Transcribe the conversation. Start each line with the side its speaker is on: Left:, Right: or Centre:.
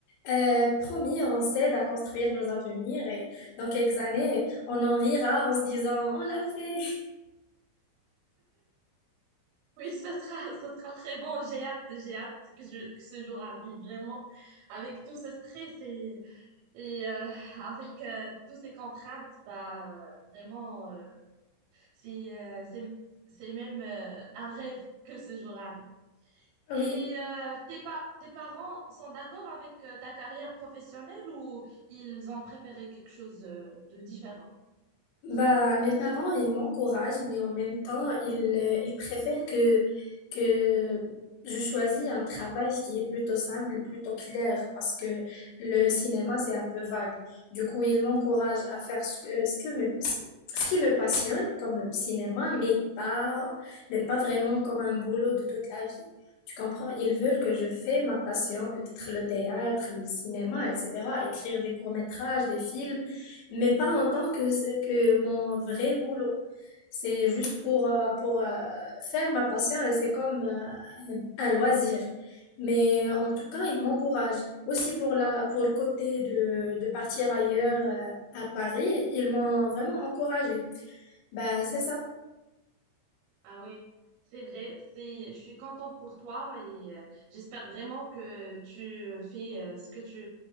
Left: Euh, promis, on s'aide à construire nos avenirs et dans quelques années, on en rira en se disant, on l'a fait. <laughs>
Right: Oui, ce sera, <laughs> ce sera très bon. J'ai hâte, j'ai hâte que, je, que ce jour arrive, vraiment. Avec tout ce stress et, et euh, <laughs> avec euh, toutes ces contraintes, bah, vraiment, euh, c'est, euh, c'est, c'est même euh, un rêve que ce jour arrive.
Left: Oui,
Right: Et euh, tes pa- tes parents sont d'accord avec euh, ta carrière professionnelle ou ils ont préféré quelque chose euh, de différent?
Left: Bah, mes parents, ils m'encouragent, mais en même temps, ils, euh, ils préfèrent que, que je choisis un travail qui est plutôt simple, plutôt clair, parce que le cinéma, c'est un peu vague. Du coup, ils m'encouragent à faire ce que, ce que me, ce ce qui me passionne, comme le cinéma, mais pas, mais pas vraiment comme un boulot de toute la vie. Tu comprends? Ils veulent que je fais ma passion, peut-être le théâtre, le cinéma, etc., écrire des courts-métrages, des films mais pas en tant que, que mon vrai boulot. C'est juste pour, euh, pour euh, faire ma passion, et c'est comme euh, un loisir. Mais en tout cas, il m'encourage. Aussi pour la, pour le côté de, de partir ailleurs euh, à Paris, ils m'ont vraiment encouragé. Bah, c'est ça.
Right: Ah oui, c'est vrai, c'est, je suis contente pour toi et euh, j'espère vraiment que tu fais euh, ce que tu,